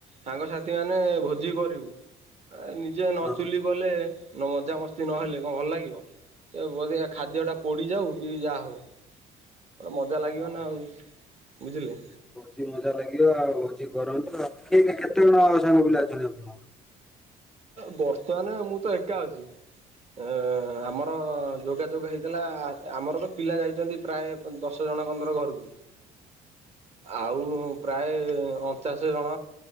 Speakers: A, on the right (about 40°); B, in the centre.
A: ସାଙ୍ଗସାଥି ମାନେ ଭୋଜି କରିବୁ, ଅ, ନିଜେ ନ
B: ହଁ
A: ଚୁଲି ଗଲେ ନ ମଜାମସ୍ତି ନହେଲେ କଣ ଭଲ ଲାଗିବ? ସେ ବୋଧ ଏ ଖାଦ୍ୟ ଟା ପୋଡ଼ିଯାଉ କି ଯାହା ହଉ। ଓ ମଜା ଲାଗିବ
B: ହଁ
A: ନା ଆଉ ବୁଝିଲେ।
B: ତି ମଜା ଲାଗିବ, ଆଉ ଭୋଜି କରନ୍ତୁ, ଆଉ କିଏ ଯେ କେତେ ଜଣ ଆମ ସାଙ୍ଗ ପିଲା ଅଛନ୍ତି ଆପଣ?
A: ବର୍ତ୍ତମାନ ମୁଁ ତ ଏକା ଅଛି। ଅ, ଆମର ଯୋଗାଯୋଗ ହେଇଥିଲା ଆ, ଆମର ତ ପିଲା ଯାଇଛନ୍ତି ପ୍ରାୟ ଦଶ ଜଣଙ୍କତୁର ଘରକୁ। ଆଉ ପ୍ରାୟ ଅ ପଚାଶ ଜଣ